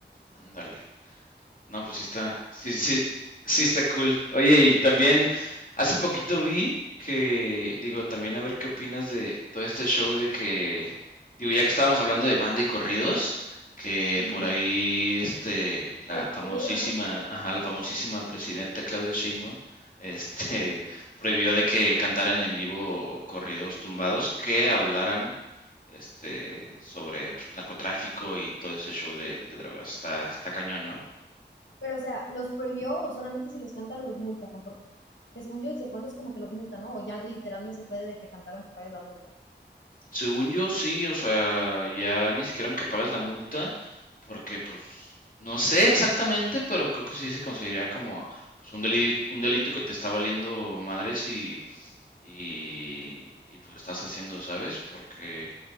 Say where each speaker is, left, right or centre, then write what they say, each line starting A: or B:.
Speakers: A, on the left; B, on the left.
A: Ándale. No, pues sí está, sí, sí, sí está cool. Oye, y también hace poquito vi que, digo, también a ver qué opinas de todo este show de que, digo, ya que estábamos hablando de banda y corridos, que
B: Ajá,
A: por ahí, este, la
B: los
A: famosísima,
B: prohibieron, ¿no?
A: ajá, la famosísima presidenta Claudia Sheinbaum, este, <laughs> prohibió de que cantaran en vivo corridos tumbados que hablaran, este, sobre pues, narcotráfico y todo ese show de, de drogas. Está, está cañón, ¿no?
B: Pero, o sea, ¿los prohibió o solamente si los cantan los multan? Porque Que según yo, ¿desde cuándo es como que los multa, no? O ya de literal no se puede de que cantaron que pagues la multa.
A: Según yo, sí, o sea, ya ni siquiera aunque pagues la multa, porque pues no sé exactamente, pero creo que sí se consideraría como pues, un delito, un delito que te está valiendo madres y, y, y, pues lo estás haciendo, ¿sabes? Porque,